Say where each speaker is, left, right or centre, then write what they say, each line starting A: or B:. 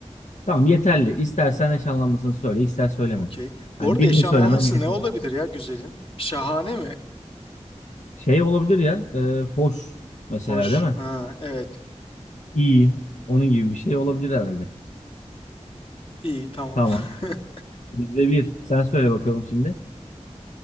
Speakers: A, on the left; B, on the left.
A: Tamam yeterli. İstersen eş anlamlısını söyle, ister söyleme.
B: Okey. Bu
A: Yani
B: arada
A: birini
B: eş
A: söylemen
B: anlamlısı
A: yeterli.
B: ne olabilir ya güzelin? Şahane mi?
A: Şey olabilir ya. e, hoş mesela
B: Hoş.
A: değil mi?
B: Ha evet.
A: İyi. Onun gibi bir şey olabilir herhalde.
B: İyi tamam.
A: Tamam.
B: <laughs>
A: Bizde bir. Sen söyle bakalım şimdi.